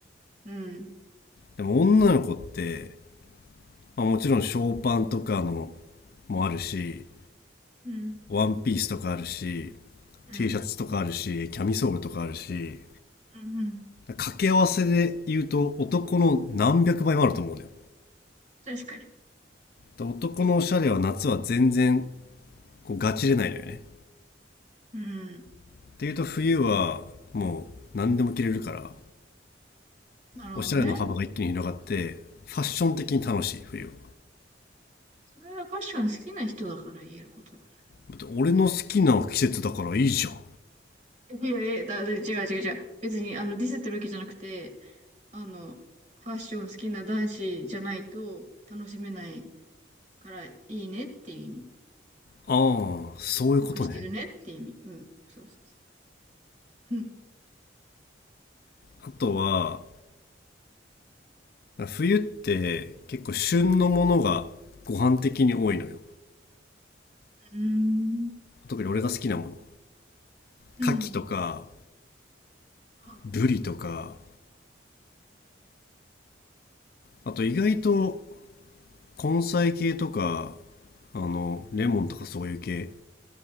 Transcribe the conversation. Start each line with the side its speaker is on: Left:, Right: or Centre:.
Right: うん。
Left: でも女の子って、まあ、もちろんショーパンとかのもあるし、
Right: うん。
Left: ワンピースとかあるし、
Right: うん。
Left: T シャツとかあるし、キャミソールとかあるし、
Right: うん。
Left: 掛け合わせで言うと男の何百倍もあると思うのよ。
Right: 確かに。
Left: 男のおしゃれは夏は全然こうガチれないのよね。
Right: うん。
Left: っていうと冬はもう何でも着れるから、
Right: なるほどね。
Left: おしゃれの幅が一気に広がって、ファッション的に楽しい冬は。
Right: それはファッション好きな人だから言えることだ。
Left: だって俺の好きな季節だからいいじゃん。あ
Right: <laughs> いやいや、だ、だ違う違う違う。別に、あの、ディスってるわけじゃなくて、あの、ファッション好きな男子じゃないと楽しめないからいいねっていう意味。
Left: あ、そういうことね。
Right: 得してるねって意味。うん。そうそうそう。うん。
Left: あとは、冬って結構旬のものがご飯的に多いのよ。
Right: うーん。
Left: 特に俺が好きなもの
Right: うん。
Left: 牡蠣とか
Right: ハーバー。
Left: ブリとかあと意外と根菜系とかあのレモンとかそういう系